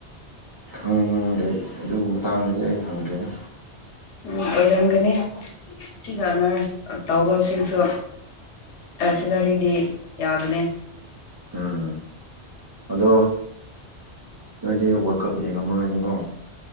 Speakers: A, on the right; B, on the left.
A: ꯈꯪꯗꯦ ꯑꯗꯨꯒꯤ ꯃꯇꯥꯡꯗꯗꯤ ꯑꯩ ꯍꯪꯗ꯭ꯔꯦꯗ
B: ꯎꯝ ꯑꯣꯏꯔꯝꯒꯅꯤ ꯁꯤꯗ ꯅꯔꯁ ꯇꯧꯕꯁꯤꯡꯁꯨ ꯁꯤꯂꯔꯤꯗꯤ ꯌꯥꯕꯅꯦ
A: ꯎꯝ ꯑꯗꯣ ꯅꯣꯏꯗꯤ ꯋꯥꯔꯜ ꯀꯞ ꯌꯦꯡꯉꯝꯃꯔꯣꯏꯅꯦꯀꯣ